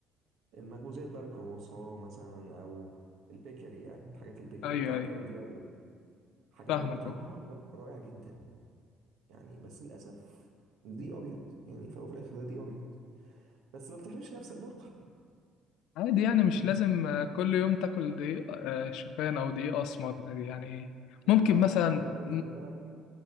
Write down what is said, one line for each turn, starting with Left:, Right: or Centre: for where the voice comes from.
Right: المخبوزات بقى الكرواسون مثلا او البيكري يعني حاجات البيكري
Left: ايوه
Right: بتاعنا
Left: ايوه
Right: دايما دي ابيض حاجات
Left: فاهمك
Right: بيبقى طعمها ر- رائع جدا يعني بس للاسف دي ابيض يعني فهو في الاخر ده دي ابيض بس ما بتحرمش نفسك برضه
Left: عادي يعني مش
Right: <laughs>
Left: لازم آه، كل يوم تاكل دقيق آه، شوفان او دقيق اسمر يعني
Right: ما
Left: ممكن
Right: هو
Left: مثلا
Right: اه وبعدين
Left: م-
Right: خلي بالك